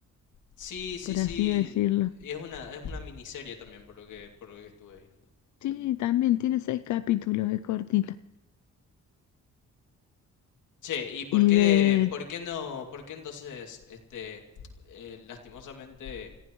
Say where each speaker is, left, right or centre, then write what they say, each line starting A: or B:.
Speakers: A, on the left (about 85°); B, on the left (about 75°).
A: Sí, sí,
B: por
A: sí,
B: así decirlo.
A: y es una, es una miniserie también por lo que, por lo que estuve viendo.
B: Sí, también tiene seis capítulos, es cortita.
A: Che, ¿y por
B: Y
A: qué,
B: de...
A: por qué no, por qué entonces, este, eh, lastimosamente...